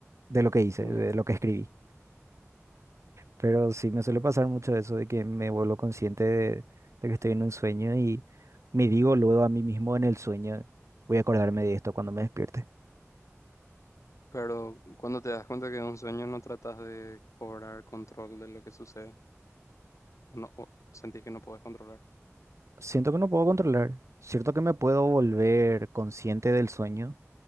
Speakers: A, on the right; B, on the left.
A: de lo que hice,
B: tenías.
A: de lo que escribí. Pero sí me suele
B: que- um,
A: pasar mucho eso de que me vuelvo consciente de, de que estoy en un sueño y me digo luego a mí mismo en el sueño, voy a acordarme de esto cuando me despierte.
B: Pero cuando te das cuenta que es un sueño no tratas de cobrar control de lo que sucede, no, o sentís que no podés controlar.
A: Siento que no puedo controlar. Cierto que me puedo volver consciente del sueño,